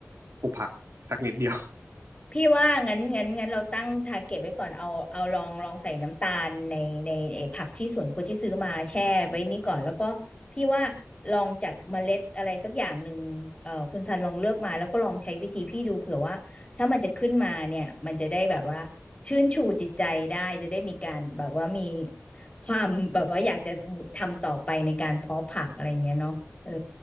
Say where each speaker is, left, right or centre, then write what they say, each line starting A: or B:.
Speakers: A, on the right (about 70°); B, on the left (about 25°).
A: ปลูกผักสักนิดเดียว
B: พี่ว่างั้นงั้นงั้นเราตั้งทาร์เก็ตไว้ก่อนเอาเอาลองลองใส่น้ำตาลในในไอ้ผักที่สวนครัวที่ซื้อมาแช่ไว้นี้ก่อนแล้วก็พี่ว่าลองจากเมล็ดอะไรสักอย่างหนึ่งเอ่อคุณซันลองเลือกมาแล้วก็ลองใช้วิธีพี่ดูเผื่อว่าถ้ามันจะขึ้นมาเนี่ยมันจะได้แบบว่าชื่นชูจิตใจได้จะได้มีการแบบว่ามีความแบบว่าอยากจะทำต่อไปในการเพาะผักอะไรเงี้ยเนาะเออ